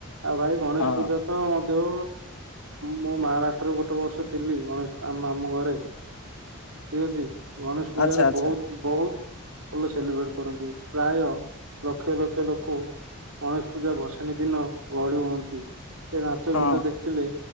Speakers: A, on the right; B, on the left.
A: ଆଉ ଭାଇ ଗଣେଶ
B: ହଁ
A: ପୂଜା ତ ମଧ୍ୟୋ ମୁଁ ମହାରାଷ୍ଟ୍ରରୁ ଗୋଟେ ବର୍ଷ ଥିଲି ଗଣେଶ ଆମ ମାମୁ ଘରେ ଠିକ ଅଛି ଗଣେଶ ପୂଜାରେ
B: ଆଚ୍ଛା ଆଚ୍ଛା
A: ବହୁତ ବହୁତ ଭଲ ସେଲିବ୍ରେଟ କରନ୍ତି। ପ୍ରାୟ ଲକ୍ଷ ଲକ୍ଷ ଲୋକ ଗଣେଶ ପୂଜା ଭସାଣୀ ଦିନ ଗହଳି ହୁଅନ୍ତି। ସେ ନାଚ
B: ହଁ
A: ଗୀତ ଦେଖିଲେ